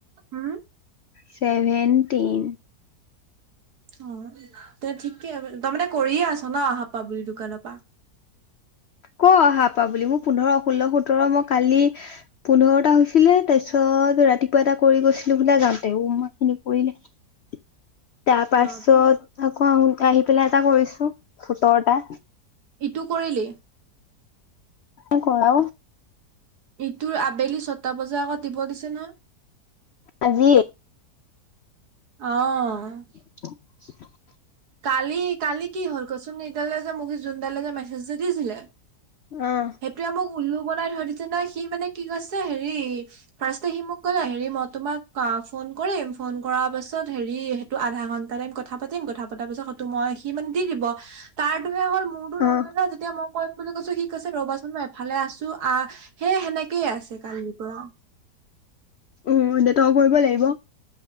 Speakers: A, on the right; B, on the left.
A: উম।
B: ছেভেনণ্টিন।
A: অ', তে ঠিকে, তই মানে কৰিয়ে আছ ন আহ পৰা বুলি দোকানৰ পৰা?
B: ক'ৰ অহা পৰা বুলি মোৰ পোন্ধৰ ষোল্ল সোতৰ মই কালি পোন্ধৰটা হৈছিলে তাৰপিছত ৰাতিপুৱা এটা কৰি গৈছিলো বোলে যাওঁতে। অ' মা এইখিনি পৰিলে! <inaudible> তাৰ পাছত
A: অ তোক
B: আকৌ আহোতে আহি পেলাই এটা কৰিছো সোতৰটা।
A: ইটো কৰিলি?
B: নাই ক'ৰা অ'।
A: ইটোৰ আবেলি ছটা বজাৰ আগত দিব দিছে নহয়।
B: আজি?
A: অ'।
B: <inaudible>
A: কালি কালি কি হ'ল কচোন এইডাল যে মোক যোনডালে যে মেছেজটো দিছিলে।
B: অ'।
A: সেইটোৱে মোক উল্লু বনাই থৈ দিছে নহয়, সি মানে কি কৈছে হেৰি ফাৰ্ষ্টতে সি মোক ক'লে হেৰি মই তোমাক ফোন কৰিম, ফোন কৰাৰ পাছত হেৰি আধা ঘন্টা টাইম কথা পাতিম কথা পতা পিছত সটো মই সি মানে দি দিব। তাৰটোহে হ'ল মোৰতো নহ'লে
B: অ',
A: নহয়, যেতিয়া মই কৰিম বুলি কৈছো ঠিক আছে ৰ'বাচোন মই এফালে আছো, আহ সেই সেনেকেই আছে কালিৰ পৰা।
B: উম, এতিয়া তই কৰিব লাগিব।